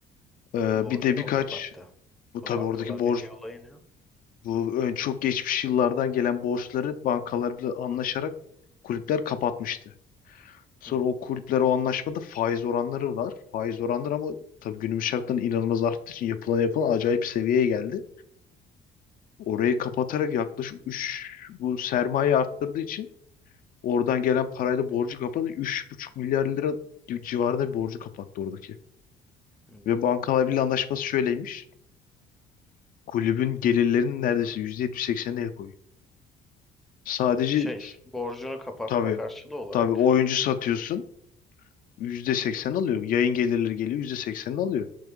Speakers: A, on the left; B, in the centre.
A: Ee,
B: E, borcunu
A: bir de birkaç
B: mu kapattı?
A: bu
B: O
A: tabii
B: Bankalar
A: oradaki borç
B: Birliği olayını.
A: Bu ön çok geçmiş yıllardan gelen borçları bankalarla anlaşarak kulüpler kapatmıştı. Sonra
B: Hı.
A: o kulüpler o anlaşmada faiz oranları var. Faiz oranları ama tabii günümüz şartlarında inanılmaz arttığı için yapılan yapılan acayip bir seviyeye geldi. Orayı kapatarak yaklaşık üç bu sermaye arttırdığı için oradan gelen parayla borcu kapadı. buçuk milyar lira gibi civarında bir borcu kapattı oradaki.
B: Hmm.
A: Ve bankalar bile anlaşması şöyleymiş. Kulübün gelirlerinin neredeyse %70-80'ine el koyuyor. Sadece
B: Şey, borcunu kapatma
A: Tabii.
B: karşılığı olarak.
A: Tabii oyuncu satıyorsun %80 alıyor. Yayın gelirleri geliyor yüzde seksenini alıyor.